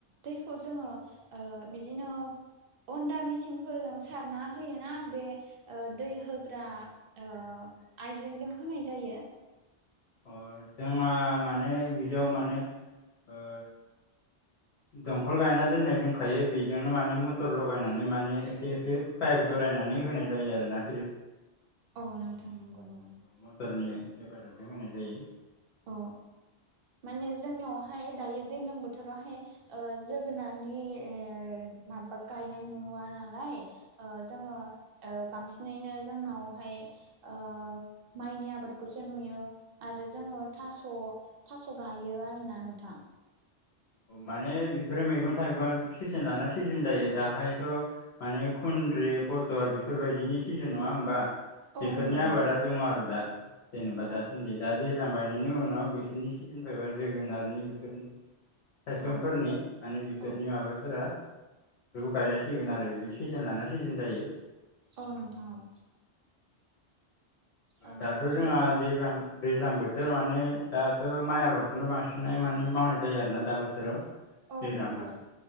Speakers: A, on the right (about 60°); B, on the left (about 70°).
A: दैखौ जोङो ओ बिदिनो हन्दा मिसिंफोरजों सारना होयोना बे ओ दै होग्रा ओ आइजेंजों होनाय जायो।
B: अ -जोंहा माने बिदियाव माने ओ दमखल गायना दोननाय दोनखायो बेजोंनो माने मटर लगायनानै माने एसे एसे पायभ जरायनानै होनाय जायो आरोना।
A: औ नोंथां नंगौ नामा?
B: मटरनि हेफाजाबजों होनाय जायो।
A: अ माने जोंनियावहाय दायो दैज्लां बोथोरावहाय ओ जोगोनारनि ओ माबा गायनाय नुवा नालाय। ओ जोङो ओ बांसिनै जोंनावहाय ओ माइनि आबादखौ जों नुयो आरो जोङो थास' थास' गायो आरोना नोंथां।
B: माने बेफोरो मैगं थाइगंआ सिजोन लाना सिजोन जायो दाहायथ' माने खुनदुलि पटल बेफोरबायदिनि सिजोन नङा होमबा?
A: औ
B: बेफोरनि
A: नंगौ
B: आबादा
A: नोंथां
B: दङ आरो दा जेनेबा
A: औ
B: दासान्दि दा दैज्लां बायनायनि उनाव बेसोरनि सिजोन फैबा जोगोनारनि बेफोरनि थायसंफोरनि
A: औ
B: माने बेफोरनि
A: औ
B: माबाफोरा गायलांसिगोन आरोना सिजोन लाना सिजोन जायो।
A: औ नोंथां औ ओ
B: दाथ' जोंहा
A: जों
B: दैज्लां दैज्लां बोथोर माने दाथ' माइ आबादखौनो बांसिनै माने मावनाय जायो आरोना दा बोथोराव।
A: औ
B: बे
A: नंगौ
B: रां <unintelligible>